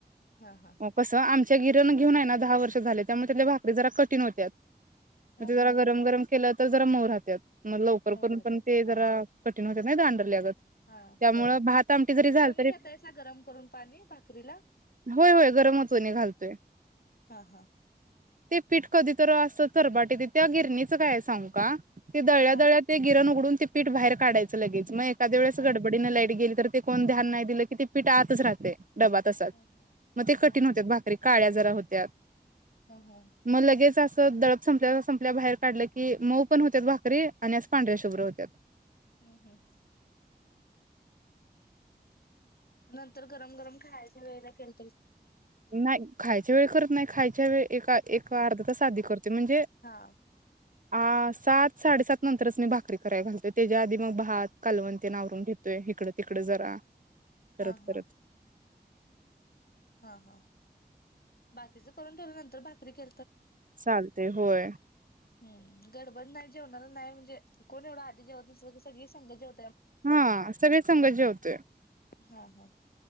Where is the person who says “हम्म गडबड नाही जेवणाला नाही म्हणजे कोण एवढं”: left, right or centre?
Left